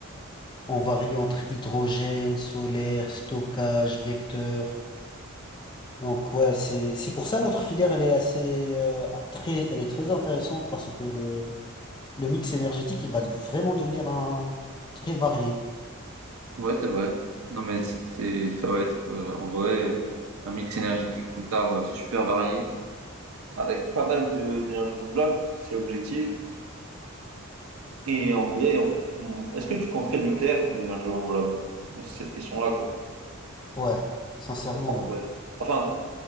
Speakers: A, on the left; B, on the right.
A: On varie entre hydrogène, solaire, stockage, vecteur. Donc ouais, c'est c'est pour ça notre filière elle est assez euh, très elle est très intéressante parce que le le mix énergétique il va vraiment devenir un très varié.
B: Ouais, c'est vrai. Non, mais c'est, c'est- ça va être euh, en vrai un mix énergétique plus tard euh, super varié. Avec pas mal de- d'énergie renouvelable, parce que c'est l'objectif. Et en vrai, on on- est-ce que tu compterais le nucléaire comme énergie renouvelable? C'est cette question-là, quoi.
A: Ouais, sincèrement
B: Et pour moi,
A: oui.
B: ouais. Enfin,